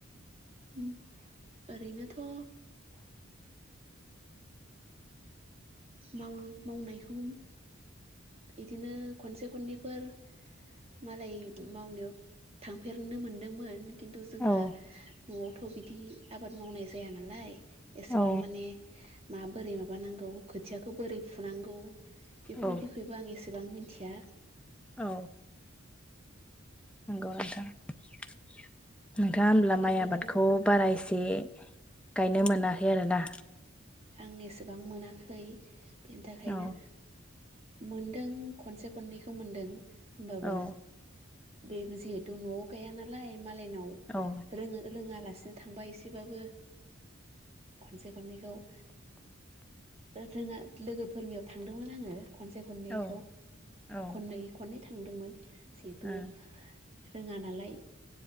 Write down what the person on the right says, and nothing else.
उम ओरैनोथ' मावो मावनायखौ। इदिनो खनसे खननैफोर मालाय मावनायाव थांफेरनो मोनदोंमोन। किन्तु जोंहा
न'आवथ' बिदि आबाद मावनाय जाया नालाय। एसेबां
माने माबोरै माबानांगौ खोथियाखौ बोरै फुनांगौ बेफोरनि
बिखयबो आं एसेबां मोनथिया
बेफोरखौ
आं एसेबां मोनाखै बेनि थाखायनो
मोन दों खनसे-खननैखौ मोनदों होमबाबो
बे जेहेत द न'आव गाया नालाय मालायनाव
रोङो रोङाला हारसिं थांबा एसेबाबो खनसे खननैखौ ओ जोंहा लोगोफोरनियाव थांदोंमोन आङो। खनसे खननैखौ
खननै खननै थांदोंमोन जिहेथु
रोङा नालाय